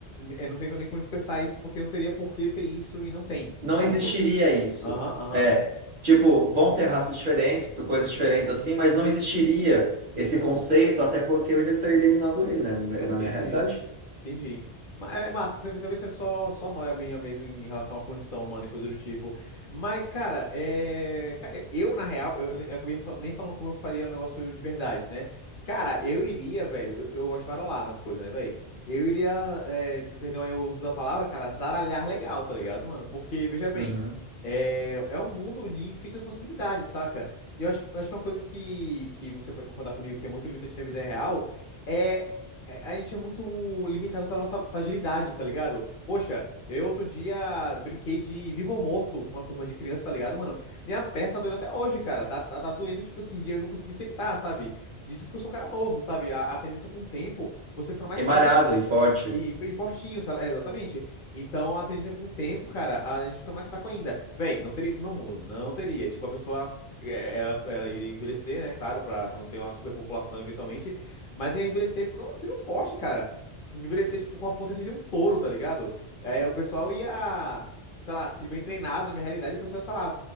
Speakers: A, on the left (about 55°); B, on the right (about 50°).
A: Eu não tenho nem como expressar isso porque não teria por que ter isso e não tem.
B: não
A: Ponto.
B: existiria isso.
A: Aham, aham.
B: É, tipo, vão ter raças diferentes, coisas diferentes assim, mas não existiria esse conceito, até porque eu já estaria eliminando ele, né,
A: Entendi.
B: na minha realidade.
A: Entendi. Ma- É massa, talvez talvez seja só, só nóia minha mesmo em relação à condição humana e coisa do tipo. Mas, cara, é... ca- eu, eu, na real, eu, eu acabei fa- nem falando como eu faria um negócio de verdade, né? Cara, eu iria, velho, eu, eu gosto de marolar nas coisas, né, velho? Eu iria, é, me perdão aí o uso da palavra, cara, zaralhar legal, tá ligado, mano? Porque, veja bem,
B: Uhum.
A: é, é um mundo de infinitas possibilidades, saca? E eu acho, eu acho uma coisa que, que você pode concordar comigo que é muito limitante na vida real. é é- A gente é muito limitado pela nossa fragilidade, tá ligado? Poxa, eu outro dia brinquei de vivo ou morto com a turma de criança, tá ligado, mano? Minha perna tá doendo até hoje, cara. Tá, tá, tá doendo, tipo assim, de eu não consegui sentar, sabe? Isso porque eu sou um cara novo, sabe? A, a tendência é com o tempo, você fica mais
B: E malhado
A: frágil
B: e forte.
A: e, e fortinho, sei lá, é, exatamente. Então, a tendência é que com o tempo, cara, a gente fica mais fraco ainda. Véi, não teria isso no meu mundo. Não teria. Tipo, a pessoa, é, ela, ela iria envelhecer, né? Claro, pra, pra não ter uma superpopulação eventualmente. Mas ia envelhecer ficando, sendo forte, cara. Envelhecer, tipo, com a potência de um touro, tá ligado? É, o pessoal ia, sei lá, se bem treinado, na minha realidade, o pessoal, sei lá,